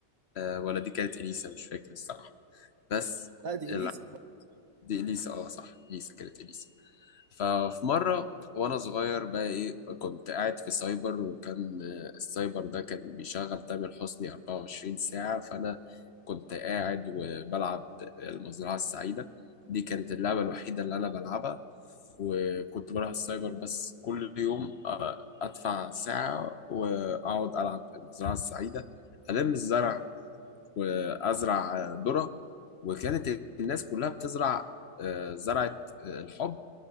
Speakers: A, on the left; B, on the right.
A: آه ولا دي كانت اليسا مش فاكر الصراحه بس
B: لا دي إليسا
A: ال- دي اليسا اه صح اليسا كانت اليسا ففي مرة وأنا صغير بقى إيه كنت قاعد في سايبر وكان آه، السايبر ده كان بيشغل تامر حسني 24 ساعة فأنا كنت قاعد وبلعب المزرعة السعيدة دي كانت اللعبة الوحيدة اللي أنا بلعبها وكنت بروح السايبر بس كل يوم آه، أدفع ساعة وأقعد ألعب المزرعة السعيدة ألم الزرع وأزرع آه، ذرة وكانت الناس كلها بتزرع آه، زرعة آه، الحب